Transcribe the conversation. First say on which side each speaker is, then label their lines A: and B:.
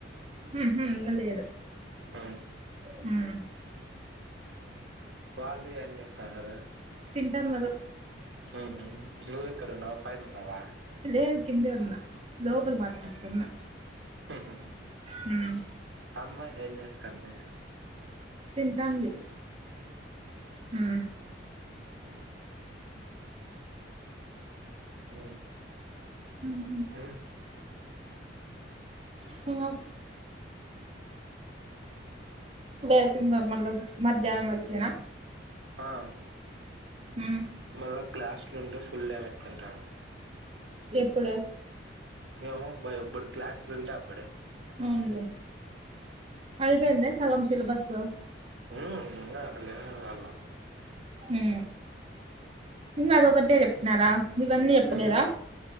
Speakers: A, on the right (about 30°); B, on the right (about 80°).
A: హు హు ఇంగ లేదు
B: ఆ
A: హు ఉ
B: వాళ్ళు ఏం చేస్తన్నారు
A: తింటాన్నరు
B: హ అ నువ్వెక్కడ ఉన్నావు పైన ఉన్నావా
A: లేదు కిందే ఉన్నా లోపల మాట్లాడుతున్నా
B: హ్ ఉ
A: ఉమ్
B: అమ్మ ఏంజె అంతే
A: ఉంటాంది ఉ
B: ఈ హ్మ్మ్
A: ఉమ్మ్
B: ఉమ్మ్
A: సింగం లే తిందాం మళ్లా మధ్యాహ్నం వరకేనా
B: ఆ
A: ఉమ్
B: మళ్ళా క్లాసులు ఉంటే ఫుల్ డే పెట్టుకుంటాం
A: ఎప్పుడు
B: ఏమో బ ఎప్పుడూ క్లాస్ ఉంటే అప్పుడే
A: అవునులే అయిపోయిందా సగం సిలబస్సు
B: ఉమ్మ్ ఇంకా కాల
A: ఉ ఇంగ్ అదే ఒకటే చొప్ నాల ఇవన్నీ చెప్పలేదా
B: ఉమ్